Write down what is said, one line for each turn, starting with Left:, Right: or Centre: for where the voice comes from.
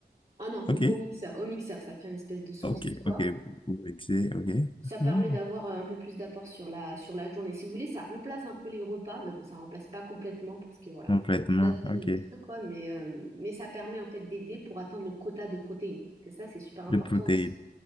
Right: Ah non, mi-
Left: Ok,
Right: au mixeur, au mixeur, ça fait une espèce de smoothie,
Left: ok,
Right: quoi.
Left: ok. Vous mixez, ok.
Right: Ça permet
Left: Ah,
Right: d'avoir euh, un peu plus d'apport sur la, sur la journée. Si vous voulez, ça remplace un peu les repas, mais bon, ça remplace pas complètement parce que voilà,
Left: Complètement,
Right: ça remplace de la
Left: ok.
Right: nourriture, quoi, mais, euh, mais ça permet en fait d'aider pour atteindre le quota de protéines, parce que ça, c'est super important
Left: De protéines.
Right: aussi.